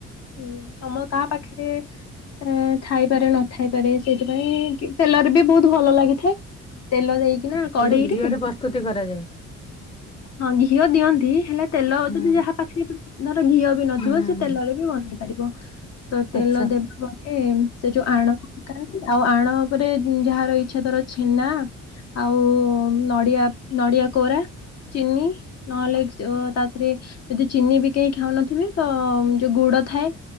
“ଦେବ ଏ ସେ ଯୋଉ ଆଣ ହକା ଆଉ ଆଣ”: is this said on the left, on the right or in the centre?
Left